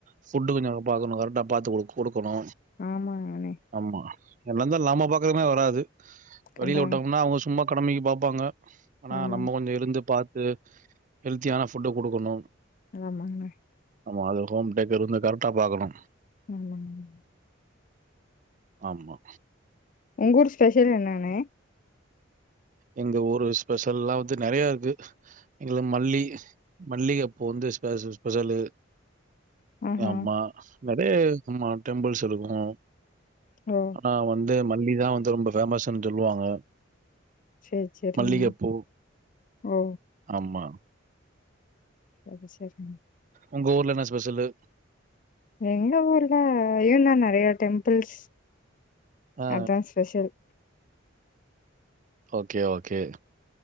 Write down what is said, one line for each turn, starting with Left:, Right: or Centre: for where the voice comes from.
Right: ஃபுட்டு கொஞ்சோ பாக்கணு கரெட்டாப் பாத்து குடுக் குடுக்குணு
Left: ஆமாங்க அண்ணே
Right: ஆமா என்ன இந்தாலு நாம பாக்கறமா வராது
Left: கண்டாங்க
Right: வெளில வுட்டம்னா அவுங்க சும்மா கடமைகி பாப்பாங்க ஆனா
Left: ஆமாங்க
Right: நம்ம கொஞ்சோ இருந்து பாத் அ ஹெல்த்தியான ஃபுட்ட குடுக்குணு
Left: ஆமாங்ண
Right: ஆமா அது ஹோம் டேக்கரு வந்து கர்ட்டா பாக்கணு
Left: ஆமாங்ண
Right: ஆமா
Left: உங்க ஊர் ஸ்பெஷல் என்னாணே
Right: எங்க ஊரு ஸ்பெஷல்லா வந்து நெறைய இருக்கு இங்கள மல்லி மல்லிகப்பூ வந்து ஸ்பெச ஸ்பெஷலு
Left: ஆஹா
Right: ஆம்மா நெறைய இருக்குமா டெம்பிள்ஸ் இருக்கு
Left: ஓ
Right: ஆனா வந்து மல்லிதா வந்து ரொம்ப பேமஸ்சுன் சொல்வாங்க
Left: சரி சரிங்கண்ணே
Right: மல்லிகப்பூ
Left: ஓ
Right: ஆமா
Left: சரி சரிண
Right: உங்க ஊர்ல என்ன ஸ்பெஷலு
Left: எங்க ஊருல ஏன்னா நெறைய டெம்பிள்ஸ்
Right: ஆ.
Left: அதா ஸ்பெஷல்
Right: ஓகே ஓகே